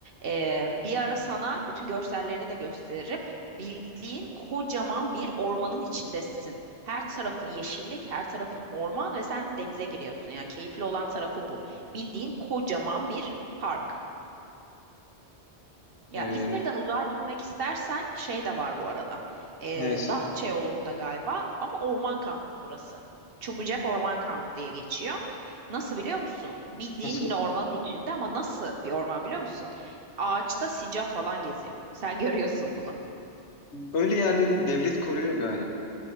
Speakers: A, on the right; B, on the left.
A: Ee, bir ara sana bütün görsellerini de gösteririm. Bildiğin kocaman bir ormanın içindesin. Her tarafın yeşillik, her tarafın orman ve sen denize giriyorsun. Yani keyifli olan tarafı bu. Bildiğin kocaman bir park. Ya
B: Ee,
A: İzmir'den uzağa gitmek istersen şey de var bu arada. Ee,
B: neresi?
A: Datça yolunda galiba ama orman kampı burası. Çubucak Orman Kampı diye geçiyor. Nasıl biliyor musun? Bildiğin
B: Nasıl?
A: yine ormanın içinde ama nasıl bir orman biliyor musun? Ağaçta sincap falan geziyor. Sen <laughs> görüyorsun bunu.
B: Öyle yerleri devlet koruyor galiba.